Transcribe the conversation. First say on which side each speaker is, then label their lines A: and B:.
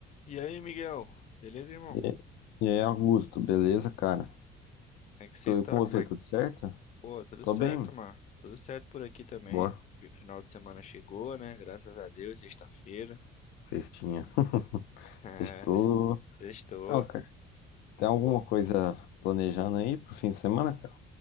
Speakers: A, on the left; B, on the left.
A: E aí, Miguel? Beleza, irmão?
B: E
A: Como
B: aí, e aí, Augusto, beleza, cara?
A: é que você
B: Tô aí
A: tá?
B: com você,
A: Como é
B: tudo
A: que...
B: certo?
A: Pô, tudo
B: Tô
A: certo,
B: bem, mano.
A: mano. Tudo certo por aqui também.
B: boa,
A: Fi- Final de semana chegou, né? Graças a Deus, sexta-feira. <laughs>
B: festinha. <laughs>
A: É,
B: Estou.
A: sextou.
B: Então, cara, tem alguma
A: Pô,
B: coisa planejando aí pro fim de semana, cara?